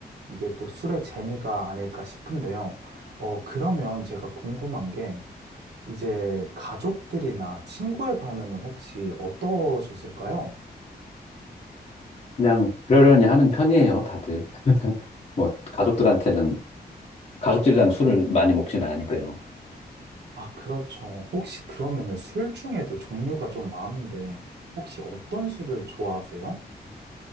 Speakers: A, on the right; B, on the left.
A: 이게 또 술의 재미가 아닐까 싶은데요. 어, 그러면 제가 궁금한 게 이제 가족들이나 친구의 반응은 혹시 어떠셨을까요?
B: 그냥 그러려니 하는 편이에요, 다들. <laughs> 뭐 가족들한테는 가족들이랑 술을 많이 먹진 않으니까요.
A: 아, 그렇죠. 혹시 그러면은 술 중에도 종류가 좀 많은데 혹시 어떤 술을 좋아하세요?